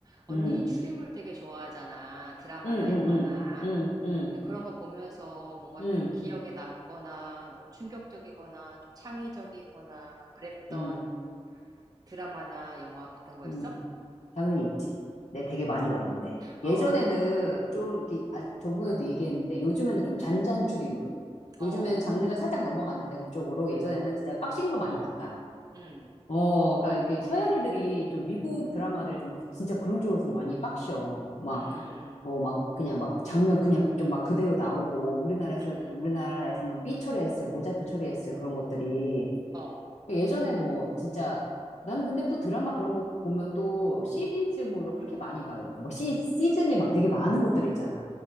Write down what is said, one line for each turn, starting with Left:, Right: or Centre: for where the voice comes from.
Right: 언니
Left: 음,
Right: 추리물 되게 좋아하잖아. 드라마나
Left: 음, 음,
Right: 영화나.
Left: 음, 음, 음,
Right: 근데 그런 거 보면서 뭔가
Left: 음,
Right: 좀 기억에 남거나 뭐 충격적이거나 좀 창의적이거나 그랬던
Left: 음,
Right: 드라마나 영화 같은 거
Left: 음.
Right: 있어?
Left: 당연히 있지. 내 되게 많이 봤는데.
Right: 어,
Left: 예전에는 좀, 이렇게, 아, 저번에도 얘기했는데, 요즘에는 좀 잔잔 추리물.
Right: 어,
Left: 요즘엔 장르가 살짝 넘어갔는데, 그쪽으로. 예전에는 진짜 빡신 거 많이 봤다.
Right: 음,
Left: 어, 그러니까 이렇게 서양 애들이 좀 미국 드라마들이 좀 그- 진짜 그런 쪽으로 좀 많이 빡셔. 막,
Right: 음,
Left: 어, 막 그냥 막 장면 그냥 좀 막 그대로 나오고, 우리나라에서,
Right: 음,
Left: 우리나라에서는 삐 처리했을, 모자이크 처리했을 그런 것들이
Right: 어,
Left: 그러니까 예전에 뭐 진짜 난 근데 또 드라마 그런 거 보면 또 시리즈물로 그렇게 많이 봐요. 그막 시, 시즌이 막 되게 많은 것들 있잖아.